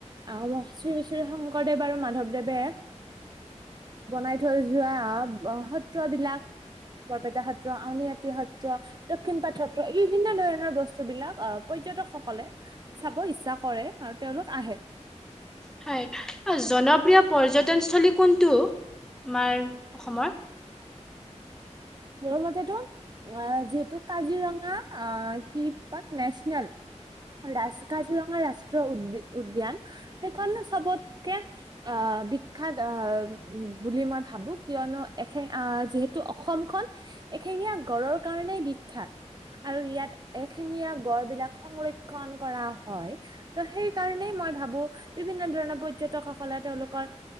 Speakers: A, on the right; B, in the centre.
A: আৰু মই <unintelligible> শংকৰদেৱ আৰু মাধৱদেৱে, বনাই থৈ যোৱা <unintelligible> সত্ৰবিলাক বৰপেটা সত্ৰ, আউনীআটী সত্ৰ দক্ষিণপাট সত্ৰ এই বিভিন্ন ধৰণৰ বস্তু বিলাক আহ, পৰ্যটকসকলে চাব ইচ্ছা কৰে আৰু তেওঁলোক আহে।
B: হয় অ', জনপ্ৰিয় পৰ্যটনস্থলী কোনটো আমাৰ অসমৰ?
A: মোৰ মতেটো অ', যিহেতু কাজিৰঙা কি পাক নেচনেল ৰাজ, কাজিৰঙা ৰাষ্ট্ৰীয় উদ-উদ্যান সেইখনে চবতকে বিখ্যাত বুলি মই ভাবোঁ কিয়নো এ যিহেতু অসমখন এশিঙীয়া গঁড়ৰ কাৰণেই বিখ্যাত। আৰু ইয়াত এশিঙীয়া গড় বিলাক সংৰক্ষণ কৰা হয়। ত' সেই কাৰণেই মই ভাবো বিভিন্ন ধৰণৰ পৰ্যটকসকলে তেওঁলোকৰ